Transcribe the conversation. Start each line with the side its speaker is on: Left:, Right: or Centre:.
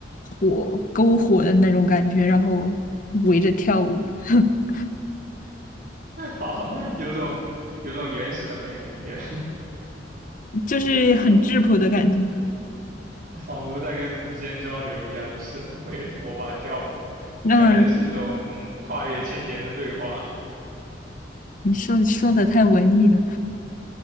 Left: 火篝火的那种感觉，然后围着跳舞，<laughs>
Right: <laughs> 好，有种有种原始的美感觉，
Left: 就是很质朴的感觉。
Right: <laughs> 仿佛在跟祖先交流一样，就是 <laughs> 围着火把跳舞，
Left: 那
Right: 感觉是一种嗯跨越千年的对话。
Left: 你说说的太文艺了，